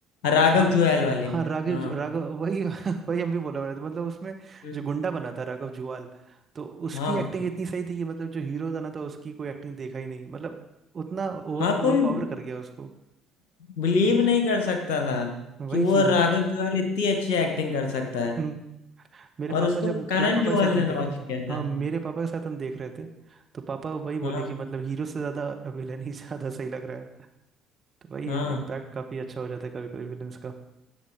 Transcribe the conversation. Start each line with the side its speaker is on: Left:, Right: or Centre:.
Left: राघव
Right: हाँ
Left: जुएल वाली
Right: हाँ राघव
Left: हाँ
Right: ज- राघव वही <laughs> वही हम भी बोला रहे थे मतलब उसमें
Left: हम्म,
Right: जो गुंडा बना था राघव जुवाल तो उसकी
Left: हाँ
Right: एक्टिंग इतनी सही थी कि मतलब जो हीरो बना था उसकी कोई एक्टिंग देखा ही नहीं मतलब उतना ओवर
Left: हाँ
Right: ओवर
Left: कोई
Right: पावर कर गया उसको
Left: बिलीव नहीं कर सकता था
Right: वही
Left: कि वो
Right: चीज़
Left: राघव
Right: अब
Left: जुएल इतनी अच्छी एक्टिंग कर सकता है
Right: हम्म, मेरे
Left: और
Right: पापा
Left: उसको
Right: जब
Left: करण
Right: मेरे पापा
Left: जौहर
Right: के साथ
Left: ने
Right: हम देख
Left: लॉन्च
Right: रहे
Left: किया
Right: थे
Left: था
Right: हाँ मेरे पापा के साथ हम देख रहे थे तो पापा वही बोले
Left: हाँ
Right: कि मतलब हीरो से ज़्यादा विलन ही <laughs> ज़्यादा सही लग रहा है तो वही
Left: हाँ
Right: है इम्पैक्ट काफ़ी अच्छा हो जाता है कभी कभी विलन्स का